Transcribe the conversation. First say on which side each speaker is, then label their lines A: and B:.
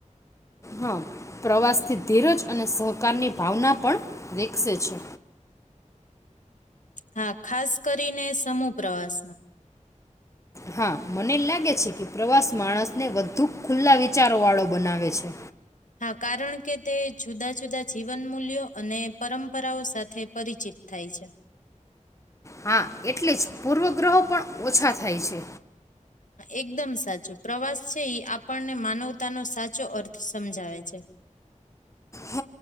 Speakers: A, on the left; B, on the left.
A: હા પ્રવાસ થી ધીરજ અને સહકારની ભાવના પણ વિકસે છે.
B: હા ખાસ કરીને સમૂહ પ્રવાસ.
A: હા મને લાગે છે કે પ્રવાસ માણસને વધુ ખુલ્લા વિચારો વાળો બનાવે છે.
B: હા કારણ કે તે જુદા જુદા જીવન મૂલ્યો અને પરંપરાઓ સાથે પરિચિત થાય છે.
A: હા એટલે જ પૂર્વ ગ્રહો પણ ઓછા થાય છે.
B: એકદમ સાચું પ્રવાસ છે એ આપણને માનવતાનો સાચો અર્થ સમજાવે છે.
A: હ